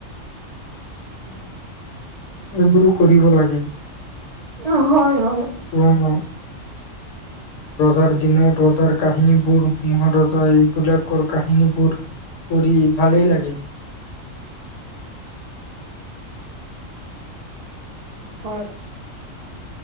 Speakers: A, on the right; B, on the left.
A: উম
B: এইবোৰো কৰিব লাগে
A: অহ হয়-হয়
B: পুৰণা ৰজাৰ দিনত ৰজাৰ কাহিনীবোৰ, মহাৰজাই এইবিলাকৰ কাহিনীবোৰ, পঢ়ি ভালেই লাগে
A: হয়